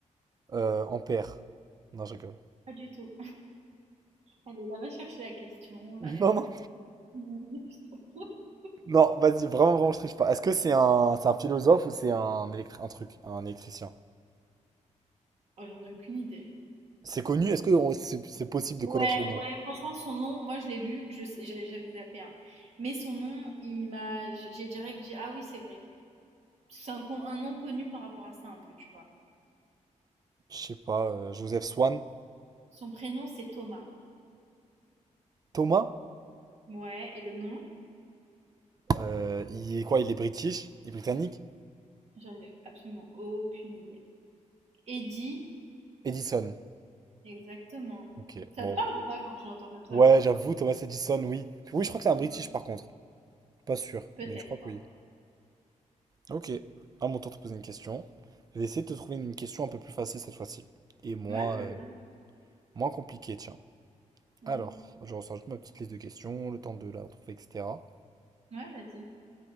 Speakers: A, on the right; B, on the right.
A: Euh, en paire. Non, je rigole. <laughs>
B: Pas du tout. Allez, là, va chercher la question, la réponse.
A: Non, non.
B: <laughs>
A: Non, vas-y, vraiment, vraiment, je triche pas. Est-ce que c'est un, c'est un philosophe ou c'est un, électri- un truc, un électricien?
B: Ah, j'en ai aucune idée.
A: C'est connu? Est-ce que on- c'est c'est possible de connaître
B: Ouais,
A: le nom?
B: ouais, franchement, son nom, moi je l'ai lu, je sais- j'ai- j'avais zappé un. Mais son nom, il m'a, j'ai direct dit, ah oui, c'est vrai. C'est un, con- un nom connu par rapport à ça un peu, tu vois.
A: Je sais pas, euh, Joseph Swan?
B: Son prénom, c'est Thomas.
A: Thomas?
B: Ouais, et le nom,
A: Euh, il est quoi? Il est british? Il est britannique?
B: j'en ai absolument aucune idée. Eddie,
A: Edison.
B: exactement.
A: Ok,
B: Ça
A: bon.
B: te parle ou pas quand tu l'entends comme ça?
A: Ouais, j'avoue, Thomas Edison, oui. Oui, je crois que c'est un
B: Tu
A: british
B: vois?
A: par contre. Pas sûr,
B: Peut-être.
A: mais je crois que oui. Ok, à mon tour de te poser une question. Je vais essayer de te trouver une question un peu plus facile cette fois-ci. Et moins,
B: Ouais, je
A: euh,
B: veux bien.
A: moins compliquée, tiens.
B: Mm.
A: Alors, je ressors juste ma petite liste de questions, le temps de la retrouver, etc.
B: Ouais, vas-y,